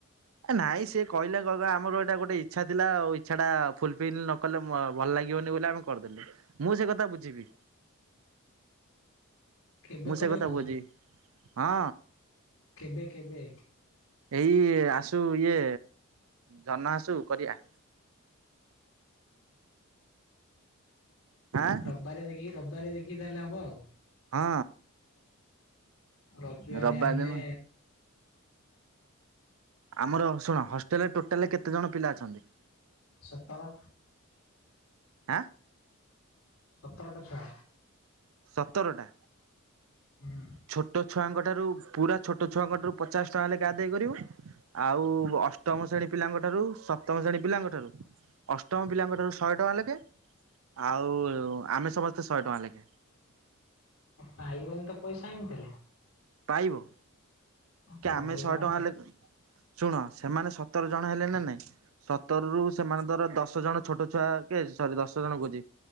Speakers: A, on the right; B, on the left.
A: ନାଇଁ ସିଏ କହିଲେ କହିବା ଆମର ଏଇଟା ଗୋଟେ ଇଚ୍ଛା ଥିଲା ଆଉ ଇଚ୍ଛା ଟା ଫୁଲ୍ ଫିଲ୍ ନ କଲେ ମ ଭଲ ଲାଗିବନି ବୋଲି ଆମେ କରିଦେଲୁ ମୁଁ ସେ କଥା ବୁଝିବି।
B: କେବେ
A: ମୁଁ ସେ
B: କରିବା
A: କଥା
B: କହୁଛ?
A: ବୁଝିବି ହଁ।
B: କେବେ କେବେ?
A: ଏଇ ଆସୁ ଇଏ ଜହ୍ନ ଆସୁ କରିଆ। ଆଁ
B: ରବିବାର ଦେଖିକି ରବିବାର ଦେଖିକି ତାହେଲେ ହବ ଆଉ।
A: ହଁ।
B: ରବିବାରିଆ
A: ରବିବାର
B: ହେଲେ।
A: ଦିନ ଆମର ଶୁଣ ହଷ୍ଟେଲରେ ଟୋଟାଲ କେତେ ଜଣ ପିଲା ଅଛନ୍ତି?
B: ସତର।
A: ଆଁ।
B: ସତରଟା ଛୁଆ।
A: ସତରଟା
B: ହୁଁ
A: ଛୋଟ। ଛୁଆଙ୍କ ଠାରୁ ପୁରା ଛୋଟ ଛୁଆଙ୍କ ଠାରୁ ପଚାଶ ଟଙ୍କା ଲେଖାଏ ଆଦେଏ କରିବୁ। ଆଉ ଅଷ୍ଟମ ଶ୍ରେଣୀ ପିଲାଙ୍କ ଠାରୁ ସପ୍ତମ ଶ୍ରେଣୀ ପିଲାଙ୍କ ଠାରୁ ଅଷ୍ଟମ ପିଲାଙ୍କ ଠାରୁ ଶହେ ଟଙ୍କା ଲେଖେ ଆଉ ଆମେ ସମସ୍ତେ ଶହେ ଟଙ୍କା ଲେଖେ।
B: ପାଇାବନି ତ ପଇସା ଏମିତି ହେଲେ।
A: ପାଇବ। କି
B: ପନିର
A: ଆମେ ଶହେ
B: ଆଣେ
A: ଟଙ୍କା ହେଲେ
B: କେତେ
A: ଶୁଣ ସେମାନେ ସତର ଜଣ ହେଲେ ନା ନାଇଁ ସତରରୁୁ ସେମାନେ ଧର ଦଶ ଜଣ ଛୋଟ ଛୁଆ। ସରି ଦଶ ଜଣ କହୁଛି